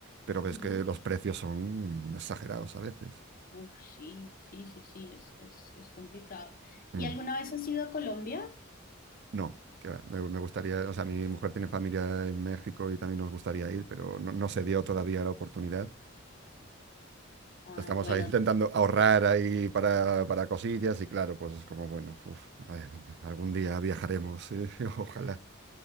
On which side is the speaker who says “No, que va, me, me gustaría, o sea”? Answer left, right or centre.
Right